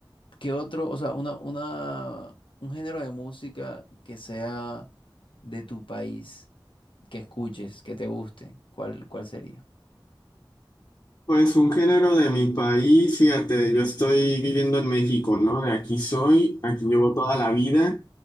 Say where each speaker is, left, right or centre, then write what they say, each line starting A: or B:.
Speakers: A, on the left; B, on the left.
A: ¿Qué otro, o sea, una, una, un género de música que sea de tu país, que escuches, que te guste? ¿Cuál, cuál sería?
B: Pues un género de mi país, fíjate, yo estoy viviendo en México, ¿no? De aquí soy, aquí llevo toda la vida